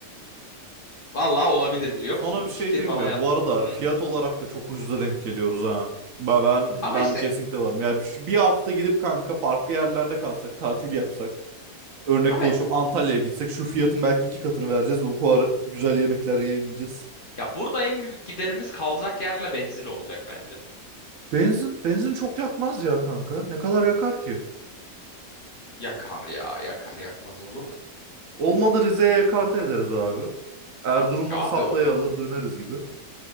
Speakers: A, on the left (about 45°); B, on the right (about 70°).
A: Vallahi olabilir biliyor
B: Sana
A: musun? Bu
B: bir şey
A: fikir
B: diyeyim
A: bana
B: mi?
A: yattı.
B: Bu arada
A: Hı.
B: fiyat olarak da çok ucuza denk geliyoruz ha. Ben ben,
A: Ama
B: ben
A: işte
B: kesinlikle varım. Ya bir, bir hafta gidip kanka farklı yerlerde kalsak, tatil yapsak. Örnek
A: abi
B: konuşuyorum Antalya'ya gitsek şu fiyatın belki iki katını vereceğiz ve bu kadar güzel yemekler yiyemeyeceğiz.
A: ya burada en büyük giderimiz kalacak yerle benzin olacak bence.
B: Benzin benzin çok yakmaz ya kanka. Ne kadar yakar ki?
A: Yakar ya yakar yakmaz olur mu?
B: Olmadı Rize'ye ekarte ederiz abi. Erzurum'dan
A: Ya
B: saplayı
A: abi o
B: alır döneriz gibi.